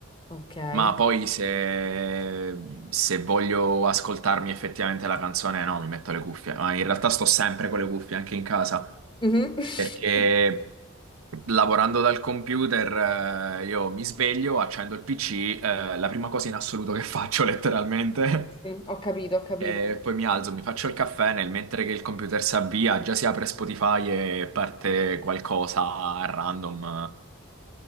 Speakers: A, on the left (about 20°); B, on the right (about 75°).
A: Ok.
B: ma poi se, se voglio ascoltarmi effettivamente la canzone, no, mi metto le cuffie, ma in realtà sto sempre con le cuffie anche in casa,
A: Mhm. <laughs>
B: perché Lavorando dal computer, eh, io mi sveglio, accendo il PC, eh, la prima cosa in assoluto che faccio letteralmente,
A: Ho capito,
B: <laughs>
A: ho capito.
B: e poi mi alzo, mi faccio il caffè, nel mentre che il computer si avvia, già si apre Spotify e parte qualcosa a random.